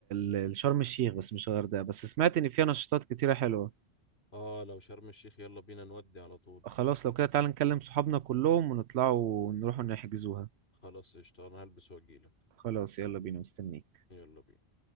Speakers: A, on the right (about 80°); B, on the left (about 70°).
A: ل- لشرم الشيخ بس مش الغردقة بس سمعت إن فيها نشاطات كتيرة حلوة
B: اه لو شرم الشيخ يلا بينا نودي على طول
A: خلاص لو كده تعالى نكلم صحابنا كلهم ونطلعوا ونروحوا نحجزوها
B: خلاص قشطة انا هلبس واجيلك
A: خلاص يلا بينا مستنيك
B: يلا بينا